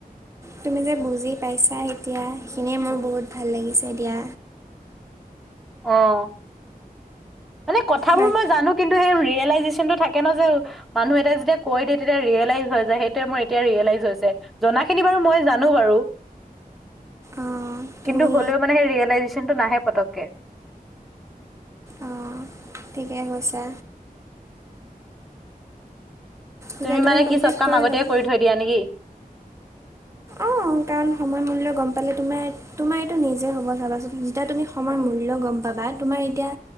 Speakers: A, on the right; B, in the centre.
A: তুমি যে বুজি পাইছা এতিয়া সেইখিনিয়ে মোৰ বহুত ভাল লাগিছে দিয়া।
B: অঁ। মানে কথাবোৰ
A: বাক
B: মই জানো, কিন্তু সেই ৰিয়েলাইজেচনটো থাকে ন যে মানুহ এটাই যেতিয়া কৈ দিয়ে তেতিয়া ৰিয়েলাইজ হৈ যায়। সেইটোৱে মোৰ এতিয়া ৰিয়েলাইজ হৈছে। জনা খিনি বাৰু মই জানো বাৰু।
A: অঁ তুমি
B: কিন্তু হ'লেও মানে সেই ৰিয়েলাইজেচনটো নাহে পতককে।
A: অঁ ঠিকে কৈছা। এতিয়া
B: তুমি মানে
A: কমপ্লিট
B: কি চব কাম আগতেই
A: ল'বা
B: কৰি থৈ দিয়া নে কি?
A: অঁ কাৰণ সময় মূল্য গম পালে তোমাৰ তোমাৰ এইটো নিজে হ'ব চাবাচোন। যেতিয়া তুমি সময় মূল্য গম পাবা তোমাৰ এতিয়া